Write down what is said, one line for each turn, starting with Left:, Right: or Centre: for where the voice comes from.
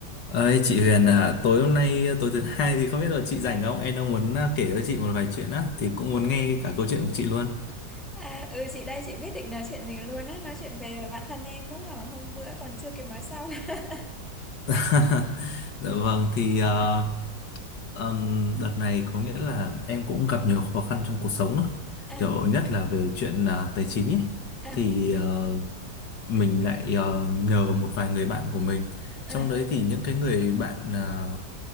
Left: Ơi chị Huyền à, tối hôm nay tối thứ hai thì không biết là chị rảnh không? Em đang muốn à, kể cho chị một vài chuyện á thì cũng muốn nghe cả câu chuyện của chị luôn.
Centre: À, ừ chị đây chị biết định nói chuyện gì luôn á nói chuyện về bạn thân em đúng không hôm bữa còn chưa kịp nói xong <laughs>
Left: <laughs> Dạ vâng thì
Centre: à
Left: ờ, ừm, đợt này có nghĩa là em cũng gặp nhiều khó khăn trong cuộc sống á.
Centre: à
Left: Kiểu nhất là về chuyện à, tài chính ấy
Centre: à
Left: thì ờ, mình lại ờ, nhờ một vài người bạn của mình.
Centre: à
Left: Trong đấy thì những cái người bạn à,